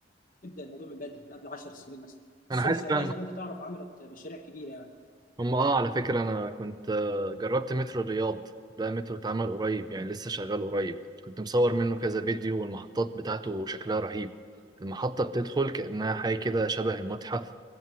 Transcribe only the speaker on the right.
انا حتى
هم اه على فكرة أنا كنت آه، جربت مترو الرياض ده مترو اتعمل قريب يعني لسه شغال قريب كنت مصور منه كذا فيديو والمحطات بتاعته شكلها رهيب المحطة بتدخل كأنها حاجة كده شبه المتحف